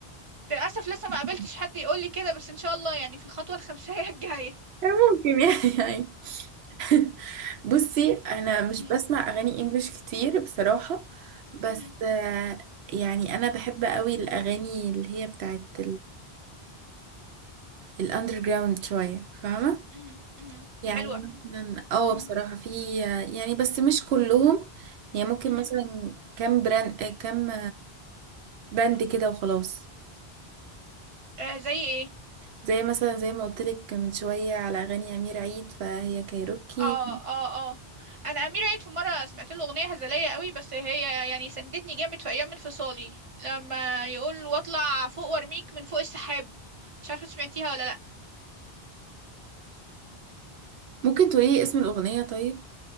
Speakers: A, on the right; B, on the right.
A: للأسف لسه
B: دي
A: ما قابلتش حد يقول لي كده بس إن شاء الله يعني في الخطوة الخمسية الجاية
B: ممكن يعني يعني <laughs> بصي انا مش
A: مهم.
B: بسمع اغاني انجليش كتير بصراحة بس
A: مهم.
B: آه، يعني انا بحب قوي الاغاني اللي هي بتاعت الاندر جراوند شوية فاهمة
A: مهم. مهم.
B: يعني
A: حلوة
B: مثلا اه
A: مهم.
B: بصراحة في يعني بس مش كلهم يعني ممكن
A: مهم.
B: مثلا كام براند آه، كام باند كده وخلاص
A: آه زي ايه
B: زي مثلا زي ما قلت لك من شوية على اغاني امير عيد فهي كايروكي
A: اه اه اه انا امير عيد في مره سمعت له اغنيه هزليه قوي بس هي يعني سندتني جامد في ايام انفصالي لما يقول واطلع فوق وارميك من فوق السحاب مش عارفه سمعتيها ولا لا
B: ممكن تقولي اسم الاغنية طيب